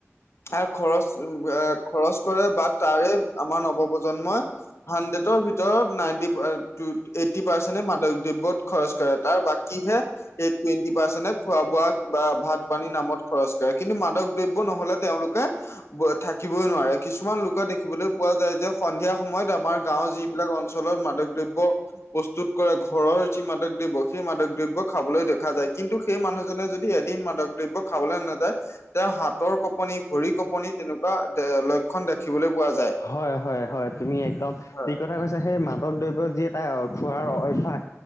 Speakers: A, on the left; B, on the left.
A: আৰু খৰচ এ খৰচ কৰে বা তাৰে আমাৰ নৱপ্ৰজন্মই হাণ্ড্ৰেডৰ ভিতৰত নাইনটি টু এইটি পাৰ্চেন্টে মাদ দ্ৰব্যত খৰচ কৰে, তাৰ বাকীহে এই টুৱেণ্টি পাৰ্চেন্ট খোৱা বোৱা বা ভাত পানীৰ নামত খৰচ কৰে, কিন্তু মাদক দ্ৰব্য নহ'লে তেওঁলোকে থাকিবই নোৱাৰে। কিছুমান লোকে দেখিবলৈ পোৱা যায় যে সন্ধিয়া সময়ত আমাৰ গাঁওৰ যিবিলাক অঞ্চলত মাদক দ্ৰব্য প্ৰস্তুত কৰে ঘৰৰ যি মাদক দ্ৰব্য সেই মাদক দ্ৰব্য খাবলৈ দেখা যায় কিন্তু সেই মানুহজনে যদি এদিন মাদক দ্ৰব্য খাবলৈ নাযায়, তেওঁ হাতৰ কপনি, ভৰি কপনি তেনেকুৱা লক্ষ খন দেখিবলৈ পোৱা যায়।
B: হয়-হয়-হয় তুমি একদম
A: হয়,
B: ঠিক থা কৈছা। সেই মাদক দ্ৰব্য যি এটা খোৱাৰ অভ্যাস